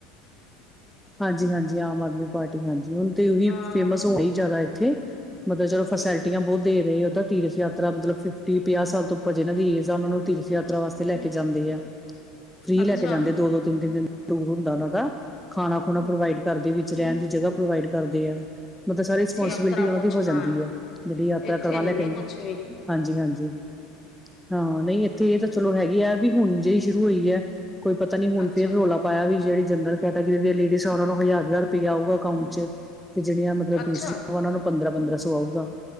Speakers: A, in the centre; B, on the left.
A: ਹਾਂਜੀ -ਹਾਂਜੀ ਆਮ ਆਦਮੀ ਪਾਰਟੀ ਹਾਂਜੀ। ਹੁਣ ਤੇ ਉਹੀ
B: ਹਾਂ।
A: ਫੇਮਸ ਹੋ ਰਹੀ ਜ਼ਿਆਦਾ ਇੱਥੇ ਮਤਲਬ ਚਲੋ ਫੈਸਿਲਿਟੀਆਂ
B: ਹੂੰ,
A: ਬਹੁਤ ਦੇ ਰਹੇ ਉਦਾ ਤੇ ਯਾਤਰਾ ਮਤਲਬ ਫਿਫਟੀ ਪੰਜਾਹ ਸਾਲ ਤੋਂ ਉੱਪਰ ਜਿਹਨਾਂ ਦੀ ਏਜ ਆ। ਉਹਨਾ ਨੂੰ ਤੀਰਥ ਯਾਤਰਾ ਵਾਸਤੇ ਲੈ ਕੇ ਜਾਂਦੇ ਆ। ਫ੍ਰਰੀ
B: ਅੱਛਾ-ਅੱਛਾ,
A: ਲੈ ਕੇ ਜਾਂਦੇ ਦੋ- ਦੋ, ਤਿੰਨ- ਤਿੰਨ ਦਿਨ ਟੂਰ ਹੁੰਦਾ ਉਹਨਾਂ ਦਾ ਖਾਣਾ- ਖੁਣਾ ਪ੍ਰੋਵਾਈਡ ਕਰਦੇ ਨੇ। ਰਹਿਣ ਦੀ ਜਗ੍ਹਾ ਪ੍ਰੋਵਾਈਡ ਕਰਦੇ ਆ। ਮਤਲਬ ਸਾਰੀ ਰਿਸਪੋਂਸੀਬਿਲਿਟੀ
B: ਇੱਥੇ ਅਪਤਰਾ
A: ਉਹਨਾਂ
B: ਕੁਛ
A: ਦੀ ਹੋ
B: ਨਾ।
A: ਜਾਂਦੀ ਹੈ ਜਿਹੜੀ ਯਾਤਰਾ
B: ਇੱਥੇ
A: ਕਰਵਾ ਲਿਆ
B: ਨੀ
A: ਕਹਿੰਦੇ
B: ਹੈ ਕੁਛ ਵੀ
A: ਹਾਂਜੀ ਹਾਂਜੀ ਹਾਂ ਨਹੀਂ ਇੱਥੇ ਇਹ ਤਾਂ ਚਲੋ ਹੈਗੀ ਆ ਵੀ ਹੁਣ ਜਿਹੀ ਸ਼ੁਰੂ ਹੋਈ ਹੈ ਕੋਈ ਪਤਾ ਨੀ ਹੁ
B: ਅੱਛਾ,
A: ਫਿਰ ਰੌਲਾ ਪਾਇਆ ਵੀ ਜਿਹੜੇ ਜਨਰਲ ਕੈਟਾਗਰੀ ਦੀਆਂ ਲੇਡੀਜ਼ ਉਹਨਾਂ ਨੂੰ ਹਜ਼ਾਰ ਹਜ਼ਾਰ ਰੁਪਇਆ ਆਊਗਾ ਅਕਾਊਟ ਚ ਤੇ ਜਿਹੜੀਆਂ ਦੂਸਰੀਆਂ
B: ਅੱਛਾ,
A: ਉਹਨਾਂ ਨੂੰ ਪੰਦਰਾਂ ਪੰਦਰਾਂ ਸੌ ਆਊਗਾ